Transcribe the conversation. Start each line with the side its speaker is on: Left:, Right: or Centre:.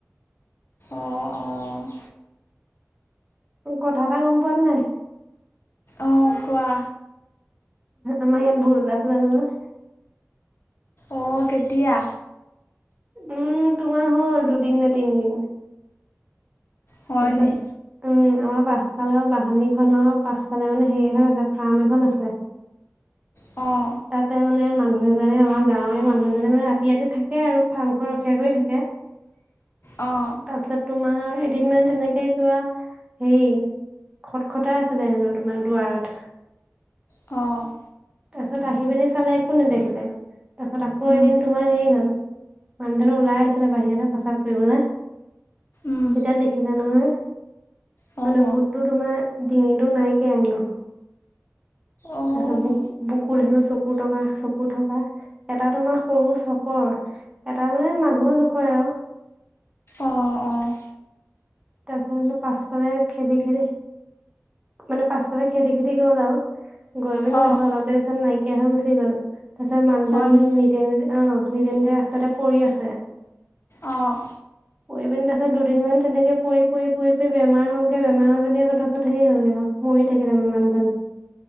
Left: অঁ অঁ
Right: কথা এটা গম পোৱাত নাই?
Left: অঁ', কোৱা
Right: আমাৰ ইয়াত ভূত ওলাইছে, জানা নে?
Left: অঁ ', -কেতিয়া?
Right: উম', তোমাৰ হ'ল দুদিন নে তিনদিন
Left: হয়নি
Right: আৰু <unintelligible> পাছফালৰ বাঁহনি খনৰ পাছফালে মানে হেৰি এখন আছে ফাৰ্ম এখন আছে
Left: অ',
Right: তাতে মানে মানুহ এজনে আমাৰ গাঁৱৰে মানুহ এজনে মানে ৰাতি ৰাতি থাকে আৰু ফাৰ্ম খন ৰখীয়া কৰি থাকে উ',
Left: অহ',
Right: তাৰপিছত তোমাৰ এদিন মানে তেনেকে কিবা হেৰি খটখটাই আছিলে হেনো তোমাৰ দুৱাৰত
Left: অ',
Right: তাৰপিছত আহি পিনি চালে একো নেদেখিলে তাৰপিছত আকৌ
Left: উম
Right: এদিন তোমাৰ হেৰি হ'ল মানুহটো ওলাই আহিছিলে বাহিৰলৈ প্ৰস্ৰাৱ কৰিবলৈ তেতিয়া
Left: উম
Right: দেখিলে নহয়
Left: অঁ
Right: মানে ভূতটো তোমাৰ ডিঙিটো নাইকিয়া আনো
Left: অঁ
Right: তাৰপিছত বুকু বুকুত হেৰি চকুৰ থকা চকু থকা এটা তোমাৰ সৰু চাপৰ এটা মানে মানুহৰ জোখৰে আৰু
Left: অ', - অ',
Right: তাৰ পাছফালে খেদি খেদি মানে পাছফালে খেদি খেদি গ'ল আৰু গৈ পিনি
Left: অ'।
Right: তাৰপিছত অলপ দেৰি পিছত নাই পেহা গুচি গ'ল তাৰ পিছত মানুহজন
Left: হয়নি?
Right: নিজে নিজে আহ নিজে নিজে ৰাস্তাতে পৰি আছে
Left: অ',
Right: পৰি পিন তাৰিছত দুদিনমান তেনেকে পৰি পৰি পৰি বেমাৰ হলগে বেমাৰ হৈ পিনে তাৰপিছত হে হলগে আৰু মৰি থাকিলে মানুহজন <inaudible>